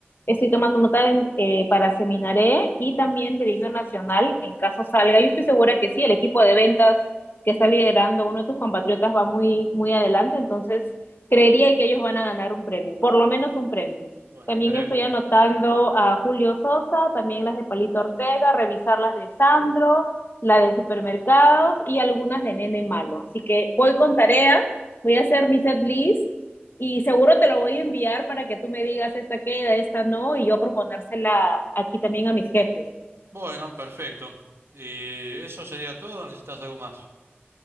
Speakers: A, on the left (about 55°); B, on the right (about 75°).
A: Estoy tomando nota en- eh, para Seminaré y también del himno nacional en caso salga. Yo estoy segura que sí, el equipo de ventas que está liderando uno de tus compatriotas va muy, muy adelante, entonces creería que ellos van a ganar un premio, por lo menos un premio.
B: Bueno,
A: También
B: esperemos.
A: estoy anotando a Julio Sosa, también las de Palito Ortega, revisar las de Sandro, la de supermercados y algunas de nene malo. Así que voy con tarea, voy a hacer mi set list y seguro te lo voy a enviar para que tú me digas esta queda, esta no, y yo proponérsela aquí también a mis jefes.
B: Bueno, perfecto. ¿Y eso sería todo? o ¿Necesitas algo más?